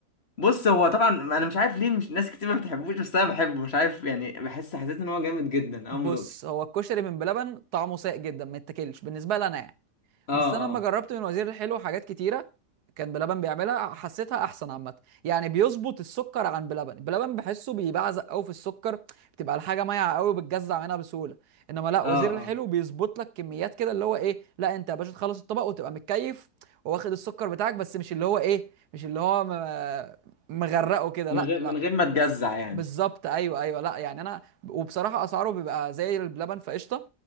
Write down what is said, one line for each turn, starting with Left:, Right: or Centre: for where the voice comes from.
Left: بص هو طبعا انا مش عارف ليه مش ناس كتير ما بتحبوش بس انا بحبه مش عارف يعني بحس حسيت ان هو جامد جدا
Right: بص
Left: اول ما دقته
Right: هو الكشري من بلبن طعمه سيء جدا ما يتاكلش بالنسبه لي انا يعني.
Left: اه
Right: بس انا
Left: اه
Right: لما جربت من وزير الحلو حاجات كتيره كان بلبن بيعملها حسيتها احسن عامه يعني بيظبط السكر عن بلبن بلبن بحسه بيبعزق قوي في السكر بتبقى الحاجه مايعه قوي بتجزع منها بسهوله انما لا
Left: اه
Right: وزير الحلو
Left: اه
Right: بيظبط لك كميات كده اللي هو ايه لا انت يا باشا تخلص الطبق وتبقى متكيف وواخد السكر بتاعك بس مش اللي هو ايه مش اللي هو م- مغرقه كده
Left: من
Right: لا
Left: غير
Right: لا
Left: من غير ما تجزع يعني
Right: بالظبط ايوه ايوه لا يعني انا وبصراحه اسعاره بيبقى زي اللبن فقشطه